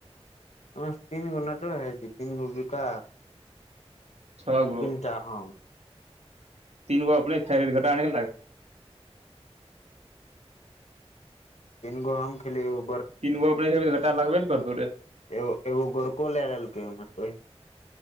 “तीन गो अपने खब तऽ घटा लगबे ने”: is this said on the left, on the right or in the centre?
Right